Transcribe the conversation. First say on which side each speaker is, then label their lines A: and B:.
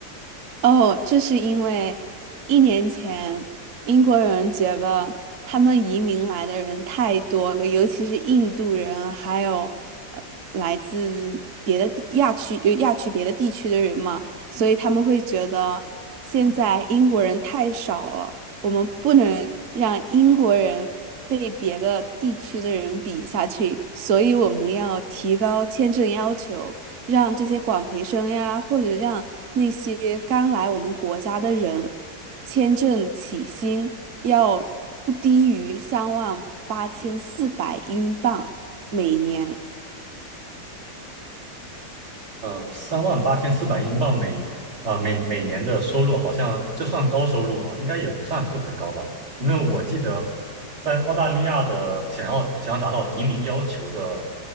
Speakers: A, on the right; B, on the right.
A: 哦，这是因为一年前英国人觉得他们移民来的人太多了，尤其是印度人，还有呃来自别的地亚区呃亚区别的地区的人嘛，所以他们会觉得现在英国人太少了，我们不能让英国人被别的地区的人比下去，所以我们要提高签证要求。让这些广培生呀，或者让那些刚来我们国家的人，签证起薪要不低于三万八千四百英镑每年。
B: 呃，三万八千四百英镑每啊、每每年的收入，好像这算高收入吗？应该也不算特别高吧，因为我记得在澳大利亚的想要想要达到移民要求的